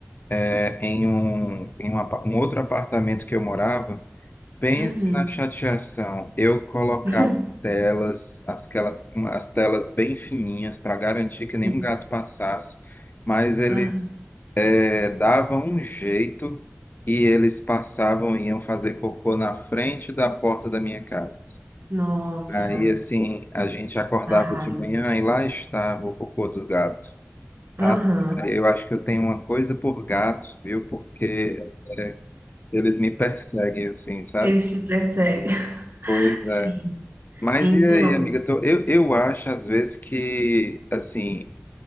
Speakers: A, on the left; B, on the right.
A: é, em um, em um, apa- um outro apartamento que eu morava, pense
B: uhum.
A: na chateação. Eu colocava
B: <laughs>
A: telas, aquela, um, as telas bem fininhas para garantir que nenhum
B: Sim.
A: gato passasse, mas eles
B: Ah,
A: é, davam um jeito e eles passavam e iam fazer cocô na frente da porta da minha casa.
B: nossa.
A: Aí, assim, a gente acordava
B: Dá raiva.
A: de manhã e lá estava o cocô dos gatos.
B: Aham.
A: Ah, eu acho que eu tenho uma coisa por gato, viu? Porque eles me perseguem, assim, sabe?
B: Eles te perseguem.
A: Pois
B: <laughs> Sim.
A: é. Mas
B: Então,
A: e aí, amiga? Tô- Eu, eu acho, às vezes, que, assim,